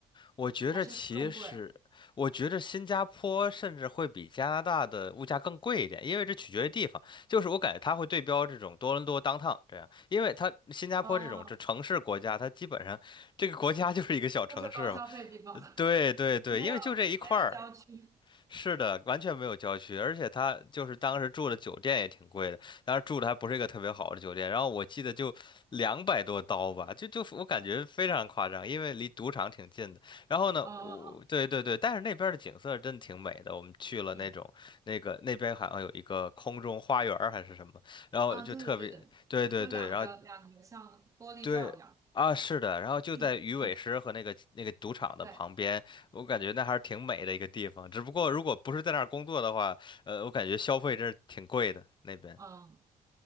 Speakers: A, on the left (about 30°); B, on the right (about 20°).
A: 我觉着其实，
B: 还是更贵？
A: 我觉着新加坡甚至会比加拿大的物价更贵一点，因为这取决于地方。就是我感觉它会对标这种多伦多 downtown 这样，因为它新加坡这种这城市国家，
B: 哦，
A: 它基本上这个国家 <laughs> 就是一个小城市嘛。
B: 都是高消费地方，<laughs>
A: 对对对，
B: 没有没有郊区。
A: 因为就这一块儿，是的，完全没有郊区，而且他就是当时住的酒店也挺贵的，当时住的还不是一个特别好的酒店，然后我记得就两百多刀吧，就就我感觉非常夸张，因为离赌场挺近的。然后呢，
B: 哦哦哦，
A: 我对对对，但是那边的景色真的挺美的，我们去了那种那个那边好像有一个空中花园儿还是什么，
B: 嗯
A: 然后就特别对对对，
B: 啊，对对对对，就两个两个像玻璃罩一样。
A: 然后对啊，是的，然后就在鱼尾狮和那个那个赌场的旁边，
B: 嗯啊，对，
A: 我感觉那还是挺美的一个地方。只不过如果不是在那儿工作的话，呃，我感觉消费真是挺贵的那边。
B: 嗯，